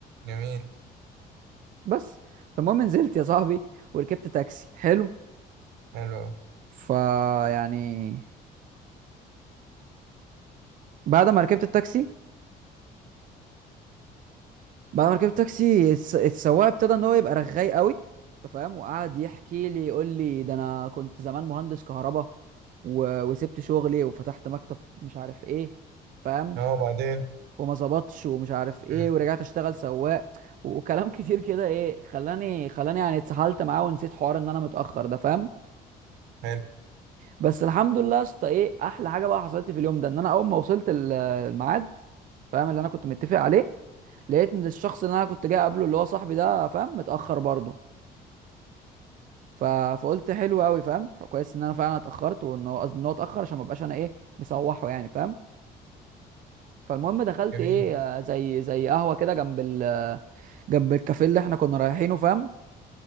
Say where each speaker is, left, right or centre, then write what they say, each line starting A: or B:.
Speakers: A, on the right (about 85°); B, on the right (about 50°).
A: جميل
B: بس فالمهم نزلت يا صاحبي وركبت تاكسي حلو
A: حلو أوي.
B: فيعني بعد ما ركبت التاكسي بعد ما ركبت التاكسي الس- السواق ابتدى ان هو يبقى رغاي قوي انت فاهم وقعد يحكي لي يقول لي ده انا كنت زمان مهندس كهرباء و... وسبت شغلي وفتحت مكتب مش عارف ايه فاهم
A: اه وبعدين
B: وما ظبطش ومش عارف ايه
A: مم.
B: ورجعت اشتغل سواق وكلام <laughs> كتير كده ايه خلاني خلاني يعني اتسحلت معاه ونسيت حوار ان انا متاخر ده فاهم
A: حلو
B: بس الحمد لله يا اسطى ايه احلى حاجه بقى حصلت لي في اليوم ده ان انا اول ما وصلت ال- الميعاد فاهم اللي انا كنت متفق عليه لقيت ان الشخص اللي انا كنت جاي قبله اللي هو صاحبي ده فاهم متاخر برضه ف... فقلت حلو قوي فاهم كويس ان انا فعلا اتاخرت وان هو قصدي ان هو اتاخر عشان ما ابقاش انا ايه مسوحه يعني فاهم فالمهم دخلت
A: جميل
B: ايه آه، زي زي قهوه كده جنب ال آه، جنب الكافيه اللي احنا كنا رايحينه فاهم